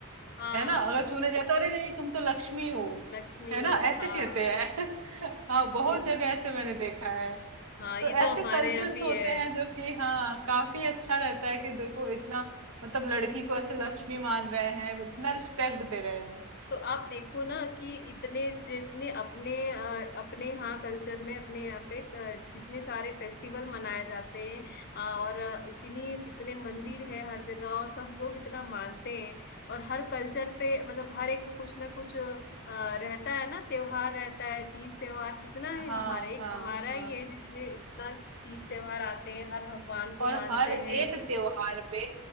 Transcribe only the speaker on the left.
हाँ
लक्ष्मी
हो
हाँ
ये
हाँ
ये तो
हमारे
यहाँ भी
है
तो आप देखो ना कि इतने जितने अपने अ, अपने यहाँ कल्चर में अपने यहाँ पे अ, जितने सारे फेस्टिवल मनाए जाते हैं अ, और अ, इतनी इतने मंदिर है हर जगह और सब लोग इतना मानते हैं और हर कल्चर पे मतलब हर एक कुछ ना कुछ अ, रहता है ना त्योहार रहता है तीज त्योहार कितना
है हमारे एक
हमारा
ही है जिसमें इतना तीज त्योहार आते हैं हर भगवान को
मानते
हैं